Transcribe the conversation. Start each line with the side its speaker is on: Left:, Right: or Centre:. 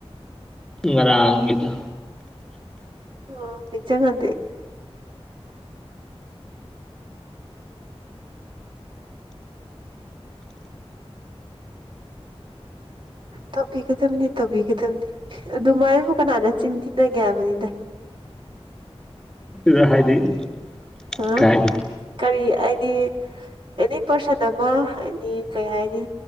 Centre: ꯉꯔꯗ
Right: ꯑꯣ ꯗꯖꯒꯥꯟꯗꯗꯤ ꯇꯧꯕꯤꯒꯗꯕꯅꯤ ꯇꯧꯕꯤꯒꯗꯕꯅꯤ ꯑꯗꯨꯃꯥꯏꯕꯨ ꯀꯅꯥꯅ ꯆꯤꯟ ꯊꯤꯟꯅꯒꯦ ꯍꯥꯏꯕꯅꯤꯗ
Centre: ꯗ ꯍꯥꯏꯗꯤ
Right: ꯍꯥ
Centre: ꯀꯥꯏ
Right: ꯀꯔꯤ ꯑꯩꯗꯤ ꯑꯦꯅꯤ ꯄꯥꯔꯁꯟ ꯑꯃ ꯍꯥꯏꯗꯤ ꯀꯩ ꯍꯥꯏꯅꯤ